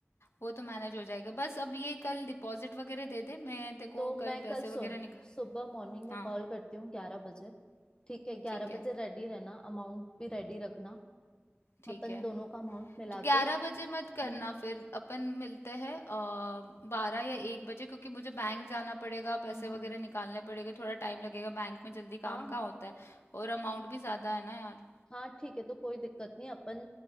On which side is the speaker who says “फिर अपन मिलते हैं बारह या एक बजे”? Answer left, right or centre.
Left